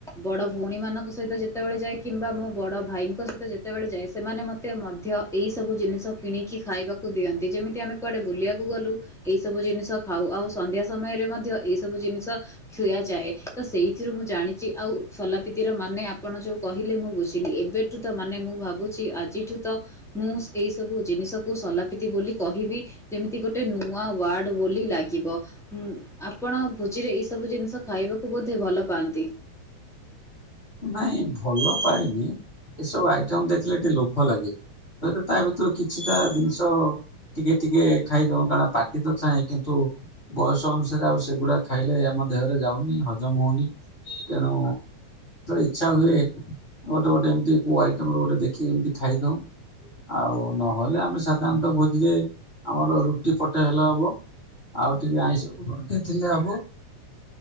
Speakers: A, in the centre; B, on the left (about 20°).
A: ବଡ ଭଉଣୀ ମାନଙ୍କ ସହିତ ଯେତେବେଳେ ଯାଏ କିମ୍ବା ମୁଁ ବଡ ଭାଇଙ୍କ ସହିତ ଯେତେବେଳେ ଯାଏ, ସେମାନେ ମତେ ମଧ୍ୟ ଏଇ ସବୁ ଜିନିଷ କିଣିକି ଖାଇବାକୁ ଦିଅନ୍ତି। ଯେମିତି ଆମେ କୁଆଡ଼େ ବୁଲିବାକୁ ଗଲୁ? ଏହିସବୁ ଜିନିଷ ଖାଉ। ଆଉ ସନ୍ଧ୍ୟା ସମୟରେ ମଧ୍ୟ ଏଇ ସବୁ ଜିନିଷ ଖୁଆ ଯାଏ। ତ ସେଇଥିରୁ ମୁଁ ଜାଣିଛି। ଆଉ ସଲାପିତିର ମାନେ ଆପଣ ଯୋଉ କହିଲେ ମୁଁ ବୁଝି ଲି। ଏବେଠୁ ତ ମାନେ ମୁଁ ଭାବୁଛି ଆଜିଠୁ ତ ମୁଁ ଏଇ ସବୁ ଜିନିଷକୁ ସଲାପତି ବୋଲି କହିବି ଯେମିତି ଗୋଟେ ଗ ନୂଆ ୱାର୍ଡ ବୋଲି ଲାଗିବ। ଆପଣ ଭୋଜିରେ ଏଇ ସବୁ ଜିନିଷ ଖାଇବାକୁ ବୋଧେ ଭଲ ପାଆନ୍ତି।
B: ନାଇଁ ଭଲ ପାଏନି ଏସବୁ ଆଇଟମ ଦେଖିଲେ ଟିକେ ଲୋଭ ଲାଗେ। ଏତ ତା ଭିତରୁ କିଛିଟା ଜିନିଷ ଟିକେ ଟିକେ ଖାଇଦଉ କାରଣ ପାଟି ତ ଚାହଁ କିନ୍ତୁ ବୟସ ଅନୁସାରେ ଆଉ ସେଗୁଡା ଖାଇଲେ ଆମ ଦେହରେ ଯାଉନି ହଜମ ହଉନି। ତେଣୁ ଇଛା ହୁଏ ଗୋଟେ ଗୋଟେ ଏମତି କୋଉ ଆଇଟମ ର ଗୋଟେ ଦେଖିକି ଏମତି ଖାଇଦଉ। ଆଉ ନହେଲେ ଆମେ ସାଧାରଣତଃ ଭୋଜିରେ ଆମର ରୁଟି ପଟେ ହେଲେ ହବ। ଆଉ ଟିକେ ଆଇଁଷ କୁ ଗନ୍ଥା ଥିଲେ ହବ।